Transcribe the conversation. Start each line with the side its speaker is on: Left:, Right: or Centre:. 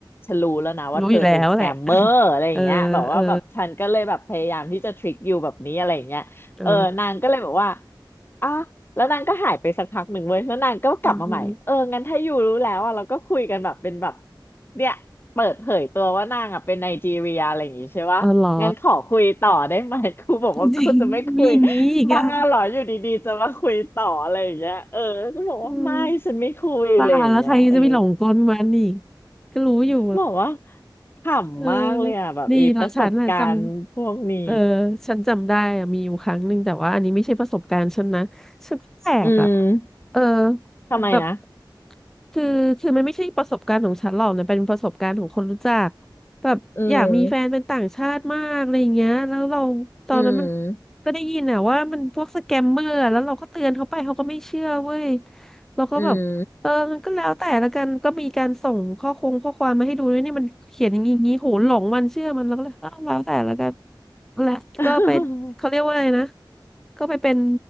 Left: ฉันรู้แล้วนะว่าเธอเป็นสแกมเมอร์อะไรอย่างเงี้ยแบบว่าแบบฉันก็เลยแบบพยายามที่จะทริคยูแบบนี้อะไรอย่างเงี้ยเออนางก็เลยบอกว่า
Centre: รู้อยู่แล้วแหละ <laughs> เออเอออ๋อ
Left: อ่ะแล้วนางก็หายไปสักพักหนึ่งเว้ย แล้วนางก็กลับมาใหม่เอองั้นถ้ายูรู้แล้วอ่ะเราก็คุยกันแบบเป็นแบบ
Centre: อืมอืม
Left: เนี่ยเปิดเผยตัวว่านางอ่ะเป็นไนจีเรียอะไรอย่างงี้ใช่ปะงั้นขอคุยต่อได้ไหมกูบอกว่ากูจะไม่คุย
Centre: อ๋อเหรอเอาจริงมีอย่างนี้อีกอ่ะ
Left: บ้าเหรออยู่ดีๆจะมาคุยต่ออะไรอย่างเงี้ยเออก็บอกว่าไม่ฉันไม่คุยอะไรอย่างเงี้ยเออ
Centre: อืมบ้าแล้วใครจะไปหลงกลมันอีกก็รู้อยู่
Left: บอกว่าขำมากเลยอ่ะแบบไอีประสบการณ์พวกนี้
Centre: เออดีนะฉันน่ะจำเออฉันจำได้อะมีอยู่ครั้งหนึ่งแต่ว่าอันนี้ไม่ใช่ประสบการณ์ฉันนะฉันแอบอ่ะ
Left: อืม
Centre: เออ
Left: ทำไมนะ
Centre: แบบคือคือมันไม่ใช่ประสบการณ์ของฉันหรอกนะเป็นประสบการณ์ของคนรู้จักแบบอยากมีแฟนเป็นต่างชาติมากอะไรอย่างเงี้ยแล้วเราตอนนั้นมัน
Left: อืมอืม
Centre: ก็ได้ยินอ่ะว่ามันพวกสแกมเมอร์อะแล้วเราก็เตือนเขาไปเขาก็ไม่เชื่อเว้ยเราก็แบบ
Left: อืม
Centre: เออมันก็แล้วแต่ละกันก็มีการส่งข้อคงข้อความมาให้ดูด้วยนี่มันเขียนอย่างนี้อย่างนี้โหหลงมันเชื่อมันแล้วก็เลยเออแล้วแต่ละกันและก็เป็นเขาเรียกว่าอะไรนะ
Left: <laughs>
Centre: ก็ไปเป็น